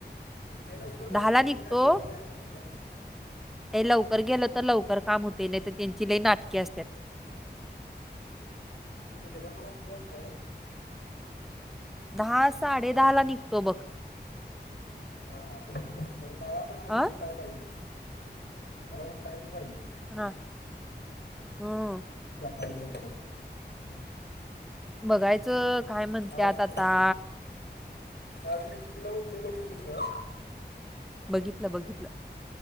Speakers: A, on the left; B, in the centre.
A: लय लवकर जाऊन
B: ला
A: तु
B: निघतो.
A: तिथं काय जेवण जायला वाढायचंय?
B: लय लवकर गेलो तर लवकर काम होते, नाहीतर त्यांची लई नाटके असतात.
A: तु निघल्यावर मला फोन कर.
B: दहा साडे दहा ला निघतो बघ.
A: हा, कारण मला पण आधी
B: अ
A: उठाय पाहिजे, मला उठाय बी पाहिजे.
B: हा, हम्म
A: सकाळी लवकर
B: बघायचं काय म्हणतात
A: आज
B: आता
A: आज मी कितीला उठलोय बघितलीस न
B: बघितलं बघितलं.